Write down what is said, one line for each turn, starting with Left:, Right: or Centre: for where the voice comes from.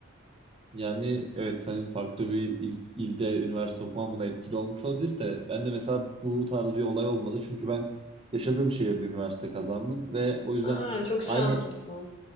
Right: Yani evet senin farklı bir il- ilde üniversite okuman buna etkili olmuş olabilir de ben de mesela bu tarz bir olay olmadı çünkü ben yaşadığım şehirde üniversite kazandım ve o yüzden
Left: Aa, çok şanslısın.
Right: aynı